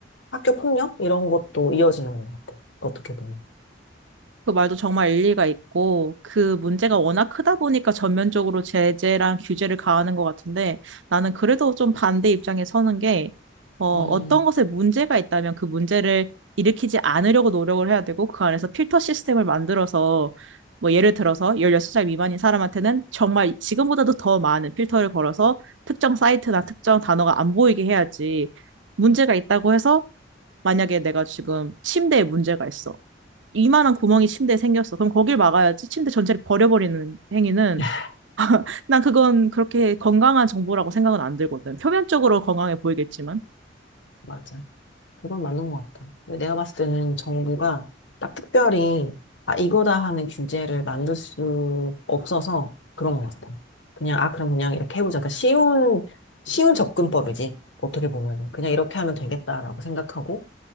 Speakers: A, on the left; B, on the right.
A: 학교 폭력 이런 것도 이어지는 것 같아. 어떻게 보면.
B: 그 말도 정말 일리가 있고, 그 문제가 워낙 크다 보니까 전면적으로 제재랑 규제를 가하는 것 같은데, 나는 그래도 좀 반대 입장에 서는 게, 어, 어떤
A: 음,
B: 것에 문제가 있다면 그 문제를 일으키지 않으려고 노력을 해야 되고, 그 안에서 필터 시스템을 만들어서, 뭐 예를 들어서 16살 미만인 사람한테는 정말 지금보다도 더 많은 필터를 걸어서 특정 사이트나 특정 단어가 안 보이게 해야지, 문제가 있다고 해서, 만약에 내가 지금 침대에 문제가 있어. 이만한 구멍이 침대에 생겼어. 그럼 거길 막아야지. 침대 전체를 버려버리는 행위는
A: <laughs>
B: 난 그건 그렇게 건강한 정보라고 생각은 안 들거든. 표면적으로 건강해 보이겠지만.
A: 맞아. 그건 맞는 것 같아. 근데 내가 봤을 때는 정부가 딱 특별히, 아, 이거다 하는 규제를 만들 수 없어서 그런 것 같아. 그냥, 아, 그럼 그냥 이렇게 해보자. 그러니까 쉬운, 쉬운 접근법이지. 어떻게 보면 그냥 이렇게 하면 되겠다라고 생각하고,